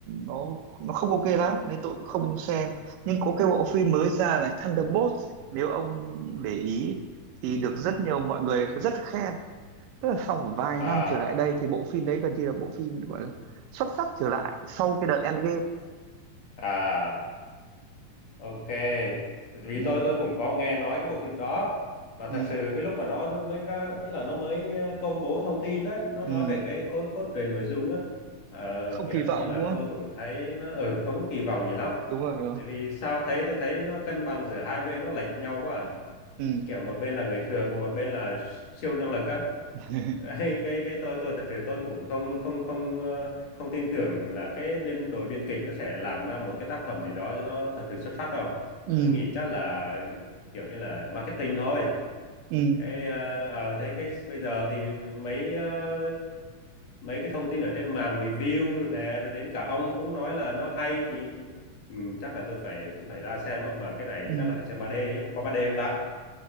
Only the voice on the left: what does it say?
à
à Ok, vì
tôi tôi cũng có nghe nói cái bộ phim đó mà
thật sự cái lúc mà nó mới ra ý là nó mới công bố thông tin á, nó nói
về cái cốt, cốt truyện nội dung á, ờ,
kiểu
như là
tôi cũng thấy nó ừ không có kỳ vọng gì lắm.
Tại vì sao thấy tôi thấy nó cân bằng giữa hai bên nó lệch nhau quá à
kiểu một bên là người thường còn một bên là siêu năng lực á
<laughs> hay cái cái tôi tôi thật sự tôi cũng không không không ờ, không tin tưởng là cái biên đội biên kịch nó sẽ làm ra một cái tác phẩm gì đó cho nó thật sự xuất sắc đâu
tôi nghĩ chắc là kiểu như là marketing thôi
cái ờ, ờ, thấy cái bây giờ thì mấy ờ, mấy cái thông tin ở trên mạng review rồi nè rồi đến cả ông cũng nói là nó hay thì ừ, chắc là tôi phải cũng phải ra xem á mà cái này
chắc là phải xem 3D á. qua 3D không ta